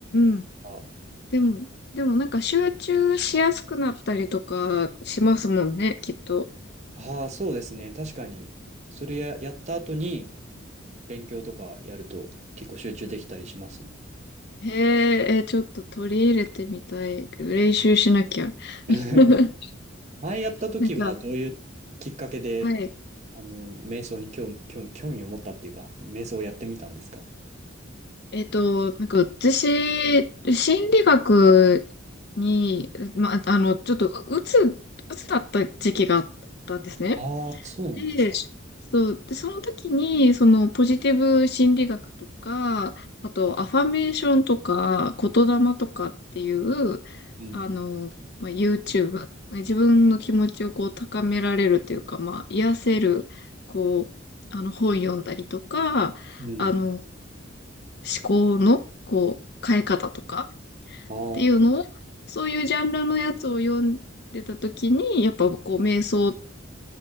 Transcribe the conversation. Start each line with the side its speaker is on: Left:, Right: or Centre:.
Left: んうん。
Right: あ、
Left: でも、でもなんか集中しやすくなったりとかしますもんね、きっと。
Right: あー、そうですね。確かに、それや、やった後に勉強とかやると結構集中できたりしますね。
Left: へえ、え、ちょっと取り入れてみたい。練習しなきゃ。
Right: <laughs>
Left: <laughs>
Right: 前やった時はどういうきっかけで、
Left: なんか、はい。
Right: あの、瞑想に興味、興味、興味を持ったっていうか、瞑想をやってみたんですか
Left: えっと、なんか私、心理学に、ま、あの、ちょっと、うつ、うつだった時期があったんですね。
Right: ああー、そうなんですか。
Left: で、そう、で、その時に、そのポジティブ心理学とか、あとアファメーションとか、言霊とかっていう、
Right: うん。
Left: あの、まあ、YouTube、まあ自分の気持ちをこう高められるというか、まあ、癒せる、こう、あの、本読んだりとか、
Right: うん。
Left: あの、思考の、こう、変え方とか
Right: ああ、
Left: っていうのを、そういうジャンルのやつを読んでた時に、やっぱこう、
Right: うん。
Left: 瞑想